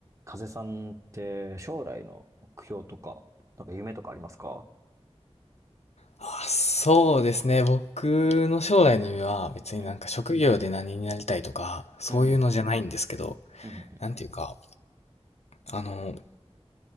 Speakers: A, on the right; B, on the left.
A: 風さんって将来の目標とか、なんか夢とかありますか
B: あ、そうですね。僕の将来の夢は別になんか職業で何になりたいとか、
A: うん、
B: そういうのじゃないんですけど、
A: うん、うん、う
B: なんていうか、あの、